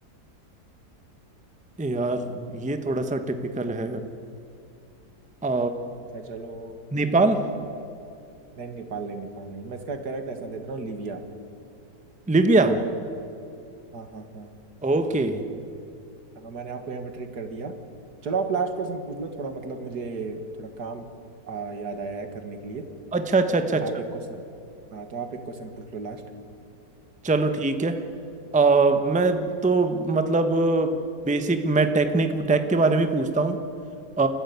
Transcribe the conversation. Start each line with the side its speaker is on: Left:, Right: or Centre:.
Centre: यार ये थोड़ा सा टिपिकल है आ,
Right: अच्छा चलो
Centre: नेपाल
Right: नहीं नेपाल नहीं नेपाल नहीं मैं इसका करेक्ट ऐसा दे रहा हूँ लीबिया
Centre: लिबिया
Right: हाँ हाँ हाँ
Centre: ओके
Right: हाँ मैंने आपको यहाँ पर ट्रिक कर दिया चलो आप लास्ट क्वेश्चन पूछ लो थोड़ा मतलब मुझे थोड़ा काम आ, याद आया है करने के लिए
Centre: अच्छा अच्छा अच्छा
Right: तो
Centre: अच्छा
Right: आप एक क्वेश्चन हाँ तो आप एक क्वेश्चन पूछ लो लास्ट
Centre: चलो ठीक है आ, मैं तो मतलब बेसिक मैं टेक्निक टेक के बारे में पूछता हूँ आ,